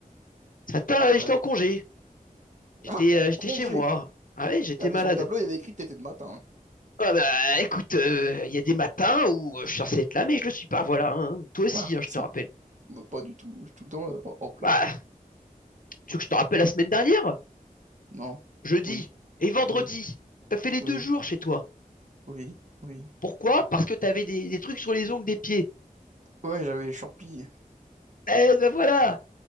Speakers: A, on the left (about 65°); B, on the right (about 55°).
A: Ce matin, euh,
B: Ouais.
A: j'étais en congé. J'étais
B: Ah,
A: euh, j'étais
B: congé!
A: chez moi. Ah ouais, j'étais
B: Ah
A: malade.
B: bah sur le tableau, il y avait écrit que t'étais de matin. hein.
A: Ah bah écoute, euh, il y a des matins où euh, je suis censé être là, mais je le suis pas, voilà. hein. Toi aussi,
B: Ah,
A: hein,
B: ouais,
A: je
B: ça,
A: te rappelle.
B: bah, pas du tout, je suis tout le temps euh, en, en clope.
A: Bah, tu veux que je te rappelle la semaine dernière?
B: Non,
A: Jeudi
B: oui,
A: et vendredi.
B: oui,
A: T'as fait les deux
B: oui.
A: jours chez toi.
B: Oui, oui.
A: Pourquoi? Parce que t'avais des, des trucs sur les ongles des pieds.
B: Ouais, j'avais les Chourpis.
A: Eh ben voilà!